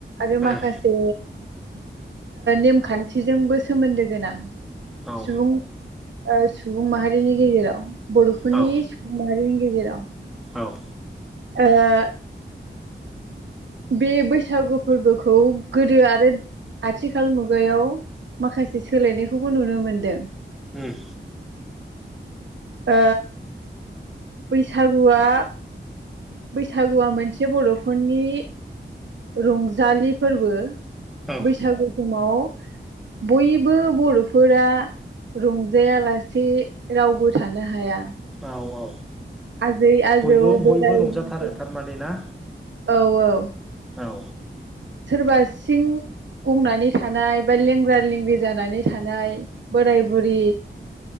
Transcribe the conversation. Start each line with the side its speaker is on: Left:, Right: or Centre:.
Right: आरो
Centre: उम
Right: माखासे नेमखान्थिजोंबो सोमोन्दो गोनां
Centre: औ
Right: सुबुं। सुबुं माहारिनि गेजेराव बर'फोरनि
Centre: औ
Right: सुबुं माहारिनि गेजेराव
Centre: औ
Right: आ बे बैसागु फोरबोखौ गोदो आरो। आथिखाल मुगायाव माखासे सोलायनायखौबो नुनो मोनदों।
Centre: उम
Right: ओ बैसागुआ बैसागुआ मोनसे बर'फोरनि रंजालि फोरबो
Centre: औ
Right: बैसागु समाव बयबो बर'फोरा रंजायालासे रावबो थानो हाया।
Centre: औ औ
Right: आजै आजौ
Centre: बयबो
Right: बोराय
Centre: बयबो रंजाथारो
Right: बेन्थ'
Centre: थारमाने ना?
Right: औ औ
Centre: औ
Right: सोरबा सिं गंनानै थानाय बा लेंग्रा लेंग्रि जानानै थानाय। बोराय बुरि